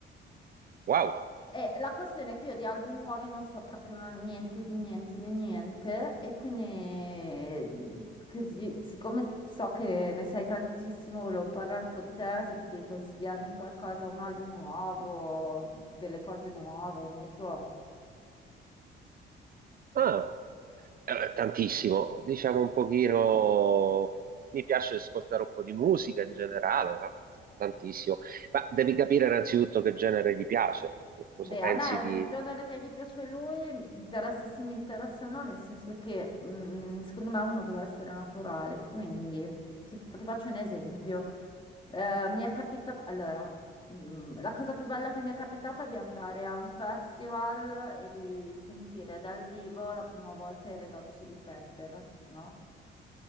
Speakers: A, on the right; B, on the left.
A: wow.
B: E la questione è che io di album nuovi non so proprio na- niente di niente di niente e quindi mm, così, siccome so che ne sai tantissimo, volevo parlare con te se potevi consigliarmi qualcosa, un album nuovo, delle cose nuove, non lo so.
A: Ah, eh, tantissimo. Diciamo un pochino... Mi piace ascoltare un po' di musica in generale, ma tantissimo. Ma devi capire innanzitutto che genere ti piace. Cosa
B: Beh,
A: pensi
B: a me
A: di...
B: del genere che gli piace a lui interessa sì, mi interessa no, nel senso che mm, secondo me uno deve essere naturale, quindi ti, ti faccio un esempio. Eh, mi è capitato, allora, mm, la cosa più bella che mi è capitata è di andare a un festival e di sentire dal vivo la prima volta i Red Hot Chili Pepper, no?